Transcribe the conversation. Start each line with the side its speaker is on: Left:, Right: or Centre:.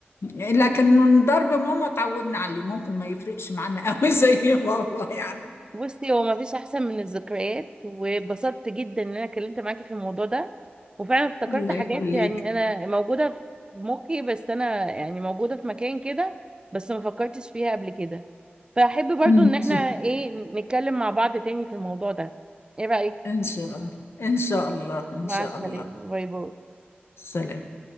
Left: لكن ضرب ماما اتعودنا عليه ممكن ما يفرقش معانا قوي <laughs> زي بابا يعني
Right: بصي هو مفيش احسن من الذكريات واتبسطت جدا ان انا اتكلمت معاكي في الموضوع ده وفعلا افتكرت
Left: الله
Right: حاجات
Left: يخليك
Right: يعني انا موجوده في مخي بس انا يعني موجوده في مكان كده بس ما فكرتش فيها قبل كده فاحب برضو
Left: ان
Right: ان احنا
Left: شاء
Right: ايه نتكلم مع بعض تاني في الموضوع ده ايه رايك
Left: إن شاء الله ان شاء الله ان
Right: مع
Left: شاء
Right: السلامه
Left: الله
Right: باي باي
Left: سلام